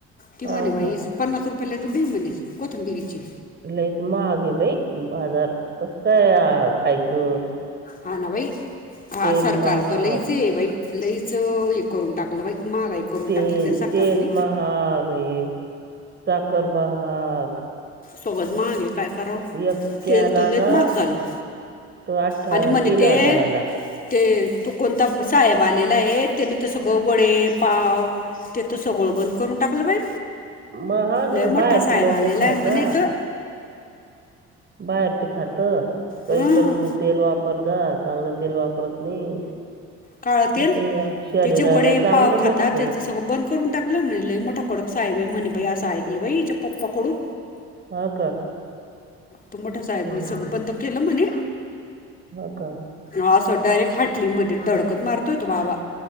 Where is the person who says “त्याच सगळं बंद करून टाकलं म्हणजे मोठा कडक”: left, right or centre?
Left